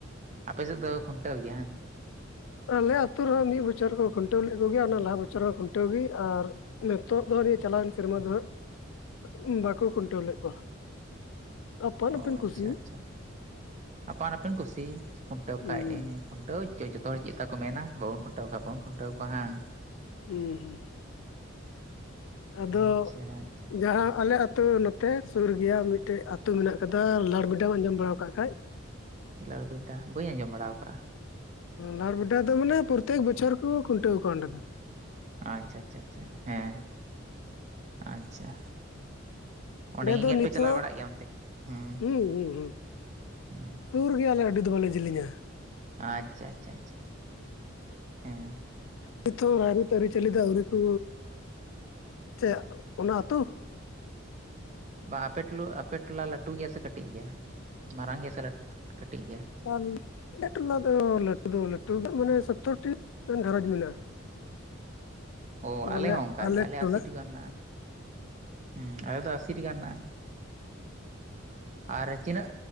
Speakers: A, on the right; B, on the left.
A: ᱟᱯᱮ ᱥᱮᱫ ᱫᱚ ᱠᱷᱩᱱᱴᱟᱹᱣ ᱜᱮᱭᱟ ᱦᱟᱝ?
B: ᱟᱞᱮ ᱟᱹᱛᱩ ᱨᱮᱦᱚᱸ ᱢᱤᱫ ᱵᱚᱪᱷᱚᱨ ᱠᱚ ᱠᱷᱩᱱᱴᱟᱹᱣ ᱞᱮᱫ ᱠᱚᱜᱮᱭᱟ ᱚᱱᱟ ᱞᱟᱦᱟ ᱵᱚᱪᱷᱚᱨ ᱦᱚᱸ ᱠᱷᱩᱱᱴᱟᱹᱣ ᱜᱮ ᱟᱨ ᱱᱤᱛᱚᱜ ᱫᱚ ᱱᱤᱭᱟᱹ ᱪᱟᱞᱟᱣᱮᱱ ᱥᱮᱨᱢᱟ ᱫᱚ ᱦᱟᱸᱜ ᱵᱟᱠᱚ ᱠᱷᱩᱱᱴᱟᱹᱣ ᱞᱮᱫ ᱠᱚᱣᱟ᱾ ᱟᱯᱟᱱ
A: ᱚᱻ
B: ᱟᱹᱯᱤᱱ ᱠᱩᱥᱤ
A: ᱟᱪᱪᱷᱟ ᱟᱪᱪᱷᱟ ᱟᱯᱟᱱ ᱟᱹᱯᱤᱱ ᱠᱩᱥᱤ ᱠᱷᱩᱱᱴᱟᱹᱣ
B: ᱦᱩᱸ
A: ᱠᱚ ᱠᱷᱟᱡ ᱛᱟᱹᱣ ᱡᱚᱛᱚ ᱦᱚᱲ ᱪᱮᱫ ᱠᱟ ᱠᱚ ᱢᱮᱱᱟ ᱵᱟᱵᱚᱱ ᱠᱷᱩᱱᱴᱟᱹᱣ ᱠᱚ ᱠᱷᱚᱱ ᱵᱟᱵᱚᱱ ᱠᱷᱩᱱᱴᱟᱹᱣ ᱠᱚᱣᱟ ᱦᱟᱝ?
B: ᱦᱩᱸ ᱦᱩᱸ ᱾ ᱟᱫᱚ
A: ᱟᱪᱪᱷᱟ ᱟᱪᱪᱷᱟ
B: ᱡᱟᱦᱟᱸ ᱟᱞᱮ ᱟᱹᱛᱩ ᱱᱚᱛᱮ ᱥᱩᱨ ᱜᱮᱭᱟ ᱢᱤᱫᱴᱮᱡ ᱟᱹᱛᱩ ᱢᱮᱱᱟᱜ ᱠᱟᱫᱟ ᱞᱟᱲᱵᱤᱰᱟᱢ ᱟᱸᱡᱚᱢ ᱵᱟᱲᱟᱣ ᱟᱠᱟᱫ ᱠᱷᱟᱡ?
A: ᱞᱟᱲᱵᱮᱰᱟ ᱵᱟᱹᱧ ᱟᱸᱡᱚᱢ ᱵᱟᱲᱟ ᱣᱟᱠᱟᱜ-ᱟ ᱾
B: ᱞᱟᱲᱵᱮᱰᱟ ᱫᱚ ᱢᱟᱱᱮ ᱯᱨᱚᱛᱮᱠ ᱵᱚᱪᱷᱚᱨ ᱠᱚ ᱠᱷᱩᱱᱴᱟᱹᱣ ᱠᱚᱣᱟ ᱚᱸᱰᱮ ᱫᱚ ᱾
A: ᱟᱪᱪᱷᱟ ᱟᱪᱪᱷᱟ ᱟᱪᱪᱷᱟ ᱦᱮᱸ ᱟᱪᱪᱷᱟ ᱾ ᱚᱸᱰᱮ ᱧᱮᱧᱮᱞ
B: ᱫᱚ ᱱᱤᱛᱚᱜ
A: ᱯᱮ ᱪᱟᱞᱟᱣ ᱵᱟᱲᱟᱜ ᱜᱮᱭᱟ ᱚᱱᱛᱮ ᱦᱮᱸ
B: ᱦᱩᱸ ᱦᱩᱸ ᱦᱩᱸ
A: ᱦᱮᱸ ᱾
B: ᱥᱩᱨ ᱜᱮᱭᱟ ᱟᱞᱮ ᱟᱹᱰᱤ ᱫᱚ ᱵᱟᱞᱮ ᱡᱮᱞᱤᱧ-ᱟ᱾
A: ᱟᱪᱪᱷᱟ ᱟᱪᱪᱷᱟ ᱟᱪᱷᱟ ᱦᱮᱸ ᱾
B: ᱱᱤᱛᱚᱜ ᱦᱚᱸ ᱨᱟᱭᱨᱤᱛ ᱟᱹᱨᱤᱪᱟᱹᱞᱤ ᱫᱚ ᱟᱹᱣᱨᱤ ᱠᱩ ᱪᱮᱫ ᱚᱱᱟ ᱟᱹᱛᱩ
A: ᱵᱟ ᱟᱯᱮ ᱴᱩᱞᱩ ᱟᱯᱮ ᱴᱚᱞᱟ ᱞᱟᱹᱴᱩ ᱜᱮᱭᱟ ᱥᱮ ᱠᱟᱹᱴᱤᱡ ᱜᱮᱭᱟ ᱢᱟᱨᱟᱝ ᱜᱮᱭᱟ ᱥᱮ ᱠᱟᱹᱴᱤᱡ ᱜᱮᱭᱟ᱾
B: ᱠᱚ ᱵᱤᱧ ᱾ ᱟᱞᱮ ᱴᱚᱞᱟ ᱫᱚ ᱞᱟᱹᱴᱩ ᱫᱚ ᱞᱟᱹᱴᱩ ᱜᱮᱭᱟ ᱢᱟᱱᱮ ᱥᱳᱛᱛᱚᱨ ᱴᱤ ᱜᱟᱱ ᱜᱷᱟᱨᱚᱸᱡᱽ ᱢᱮᱱᱟᱜᱼᱟ᱾
A: ᱚ
B: ᱵᱚᱞᱮ
A: ᱟᱞᱮ ᱦᱚᱸ ᱚᱱᱠᱟ
B: ᱟᱞᱮ
A: ᱜᱮ ᱟᱞᱮᱭᱟᱜ
B: ᱴᱚᱞᱟ
A: ᱟᱥᱤᱴᱤᱠᱟ ᱜᱟᱱ ᱢᱮᱱᱟᱜ-ᱟ, ᱦᱩᱸ ᱟᱞᱮ ᱫᱚ ᱟᱥᱤᱴᱤ ᱜᱟᱱ ᱦᱮᱱᱟᱜ-ᱟ ᱾ ᱟᱨ ᱛᱤᱱᱟᱹᱜ